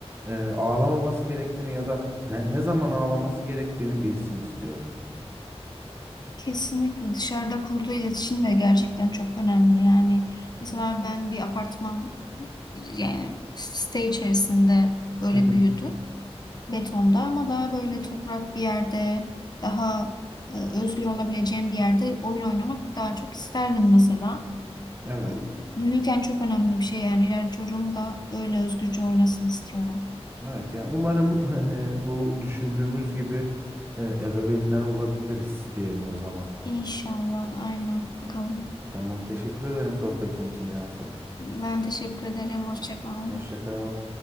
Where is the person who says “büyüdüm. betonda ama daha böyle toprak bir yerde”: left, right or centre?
Left